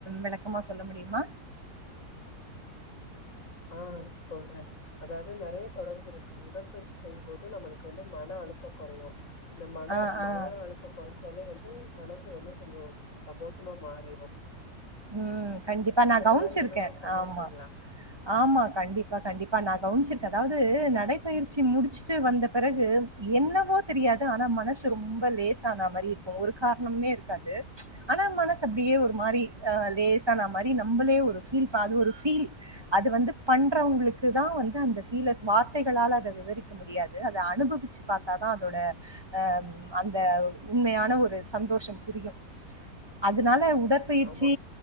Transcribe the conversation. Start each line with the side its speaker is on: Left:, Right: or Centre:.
Right: விளக்கமா சொல்ல முடியுமா
Left: ஆ சொல்றே அதாவது நெறைய தொடர்பு இருக்கு உடற்பயிற்சி செய்யும் போது நம்மளுக்கு வந்து மன அழுத்தம் குறையும் இந்த மன
Right: ஆ,
Left: மன
Right: ஆ.
Left: அழுத்த குறைஞ்சாலயே வந்து மனசு வந்து கொஞ்சம் சந்தோஷமா மாறிடும்
Right: உம் கண்டிப்பா நா கவனிச்சிருக்கேன்
Left: மாரி எதுவும் பண்ணியிருக்கீங்களா?
Right: ஆமா ஆமா கண்டிப்பா கண்டிப்பா நா கவனிச்சிருக்கே அதாவது நடைப்பயிற்சி முடிச்சுட்டு வந்த பிறகு என்னவோ தெரியாது ஆனா மனசு ரொம்ப லேஸ் ஆன மாரி இருக்கும் ஒரு காரணமே இருக்காது ஆனா மனசு அப்டியே ஒரு மாரி ஆ லேசான மாரி நம்மளே ஒரு பீல் அது ஒரு பீல் அது வந்து பண்றவங்களுக்கு தா வந்து அந்த பீலஸ் வார்த்தைகளா தா விவரிக்க முடியாது அது அனுபவிச்சு பாத்தாதா அதோட அ அந்த உண்மையான ஒரு சந்தோஷம் புரியும் அதுனால உடற்பயிற்
Left: ஆமா,
Right: ற்சி